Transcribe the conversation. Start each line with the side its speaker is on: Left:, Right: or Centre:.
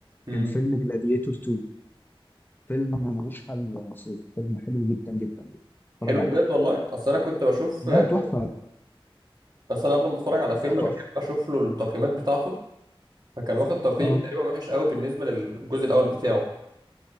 Right: امم
Left: كان فيلم جلاديتور 2 فيلم ملوش حل يا صديقي فيلم حلو جدا جدا اتفرج
Right: حلو
Left: عليه
Right: بجد والله أصل أنا كنت بشوف
Left: لا
Right: آه،
Left: تحفه
Right: كنت بس أنا قبل ما أتفرج على فيلم
Left: لا تحفه
Right: بحب أشوف له التقييمات بتاعته فكان واخد تقييم
Left: اه
Right: تقريبا وحش قوي بالنسبة للجزء الأول بتاعه